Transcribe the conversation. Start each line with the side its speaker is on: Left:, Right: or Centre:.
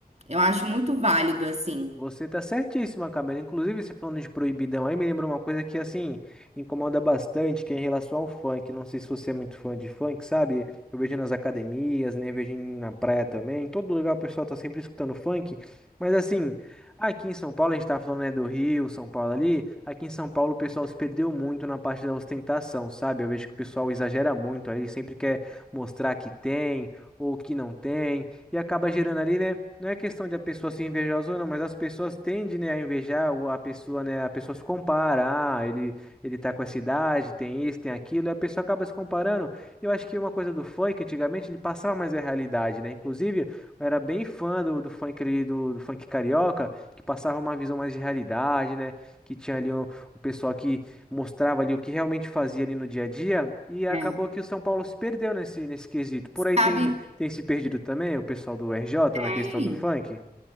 Right: Eu acho muito válido, assim.
Centre: Você tá certíssima, Camila. Inclusive, você falando de proibidão aí, me lembrou uma coisa que, assim, me incomoda bastante, que é em relação ao funk. Não sei se você é muito fã de funk, sabe? Eu vejo nas academias, né? Eu vejo em- na praia também. Em todo lugar o pessoal tá sempre escutando funk. Mas, assim, aqui em São Paulo, a gente tá falando, né, do Rio, São Paulo ali. Aqui em São Paulo o pessoal se perdeu muito na parte da ostentação, sabe? Eu vejo que o pessoal exagera muito aí, sempre quer mostrar que tem ou que não tem. E acaba gerando ali, né? Não é questão de a pessoa ser invejosa ou não, mas as pessoas tendem, né, a invejar o- a pessoa, né? A pessoa se compara, ah, ele, ele tá com essa idade, tem isso, tem aquilo, e a pessoa acaba se comparando. Eu acho que uma coisa do funk, antigamente, ele passava mais a realidade, né? Inclusive, eu era bem fã do, do funk ali, do, do funk carioca, que passava uma visão mais de realidade, né? Que tinha ali o, o pessoal que mostrava ali o que realmente fazia ali no dia a dia, e acabou
Right: É.
Centre: que o São Paulo se perdeu nesse, nesse quesito. Por aí
Right: Sabe?
Centre: tem. Tem se perdido também o pessoal do RJ
Right: Ei.
Centre: na questão do funk.